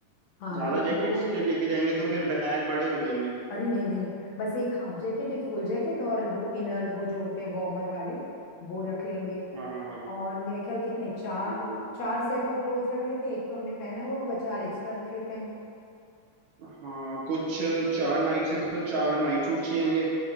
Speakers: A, on the left; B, on the right.
A: हाँ
B: ज्यादा
A: देखो
B: जैकेट्स
A: दो
B: के लेके जाएंगे तो फिर बैग बड़े हो जाएंगे
A: अरे नहीं नहीं बस एक हाफ जैकेट एक फुल जैकेट और वो इनर वो जो होते हैं वार्मर वाले वो रख लेंगे
B: हाँ हाँ हाँ
A: और मेरे ख्याल कितने चार
B: हाँ वो रख
A: चार सेट ऑफ क्लोथ रख लेते हैं एक तो हमने पहना हुआ होगा चार एक्स्ट्रा रख लेते हैं
B: हाँ कुछ चार नाइट्स हैं तो चार नाइट सूट चाहिएंगे